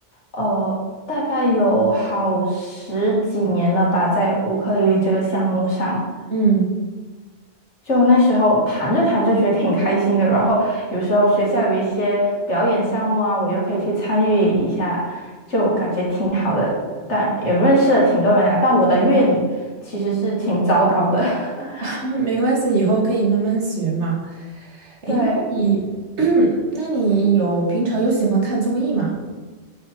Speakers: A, on the left; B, on the right.
A: 呃，大概有好十几年了吧，在乌克丽丽这个项目上。
B: 嗯，
A: 就那时候弹着弹着觉得挺开心的，然后有时候学校有一些表演项目啊，我又可以去参与一下，就感觉挺好的。但也认识了挺多人的，但我的乐理其实是挺糟糕的。<laughs>
B: <laughs> 没关系，以后可以慢慢学嘛。诶，
A: 对，
B: 那你，<clears throat> 那你有平常有喜欢看综艺吗？